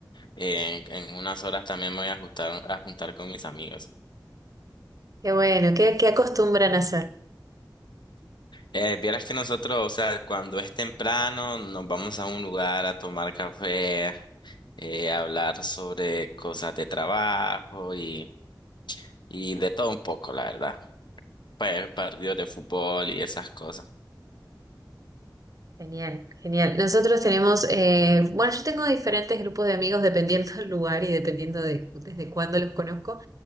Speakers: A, on the left (about 75°); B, on the right (about 50°).
A: eh, en, en unas horas también me voy a juntar, a juntar con mis amigos.
B: Qué bueno, ¿qué, qué acostumbran a hacer?
A: Eh, vieras que nosotros, o sea, cuando es temprano, nos vamos a un lugar a tomar café, eh, a hablar sobre cosas de trabajo y, y de todo un poco, la verdad. Pues partidos de fútbol y esas cosas.
B: Genial, genial. Nosotros tenemos, eh, bueno, yo tengo diferentes grupos de amigos dependiendo del lugar y dependiendo de desde cuándo los conozco,